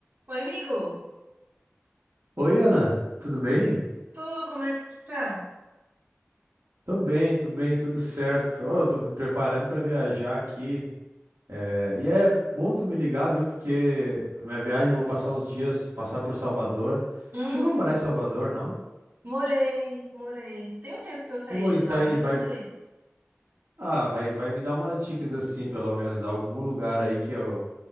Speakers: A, on the right (about 60°); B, on the right (about 85°).
A: Oi, amigo.
B: Oi, Ana, tudo bem?
A: Tudo, como é que tu tá?
B: Tô bem, tô bem, tudo certo. Ó, eu tô me preparando pra viajar aqui. É, e é bom tu me ligar, viu? Porque a minha viagem eu vou passar uns dias, passar por Salvador.
A: Hum,
B: Tu chegou a morar em Salvador, não?
A: morei, morei. Tem um tempo que eu saí
B: Pô,
A: de
B: e tá
A: lá,
B: aí,
A: mas
B: vai.
A: eu morei.
B: Ah, vai, vai me dar umas dicas assim, pelo menos, algum lugar aí que eu,